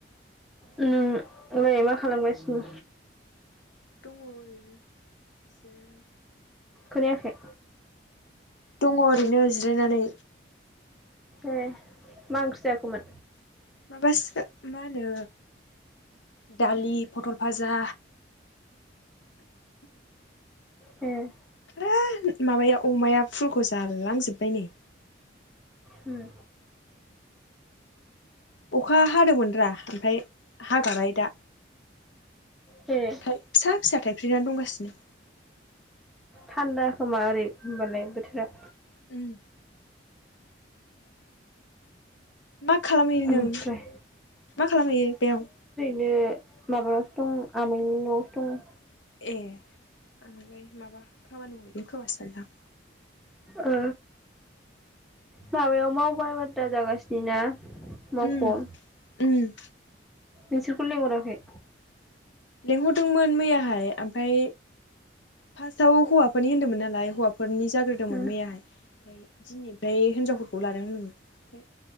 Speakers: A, in the centre; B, on the left (about 75°).
A: उम मो मा खालामगासिनो?
B: दङ' ओरैनो जिरायनानै।
A: खोनायाखै?
B: दङ' ओरैनो जिरायनानै।
A: ए मा ओंख्रि जाखोमोन?
B: माबासो मा होनो दालि पटल भाजा।
A: ए
B: <unintelligible> माबाया अमाया फुलखौ जालांजोबबाय नै।
A: होम
B: अखा हादोमोनरा ओमफ्राय हागाबाय दा
A: ए
B: थाइ फिसा फिसा थाइफ्रिनानै दंगासिनो।
A: थान्दा खोमा ओरै होमबालाय बोथोरा।
B: उम मा खालामहैयो
A: ओमफ्राय
B: नों मा खालामहैयो बेयाव?
A: नो माबायावसो दं आमाइनि न'आवसो दं।
B: ए आंहालाय माबा खामानि मावहैदों खोमासो सानदां।
A: ओ माबायाव मावबा दा जागासिनो ना। मावख'आव
B: उम उम।
A: नोंसोरखौ लेंहराखै?
B: लेंंहरदोंमोन मैयाहाय ओमफाय फासाव हौवाफोरनि होनदोंमोन नालाय हौवाफोरनि जाग्रोदोंमोन
A: उम
B: मैयाहाय ओमफाय दिनैनिफ्राय हिनजावफोरखौ लादों होनदोंमोन ओमफाय